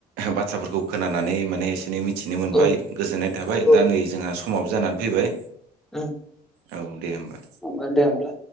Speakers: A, on the right (about 85°); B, in the centre.
A: बाथ्राफोरखौ खोनानानै माने एसे एनै मिथिनो मोनबाय
B: औ
A: गोजोननाय थाबाय
B: ओम
A: दा नै जोंहा समाबो जानानै फैबाय
B: <inaudible>
A: औ दे होमबा।
B: होनबा दे होमब्ला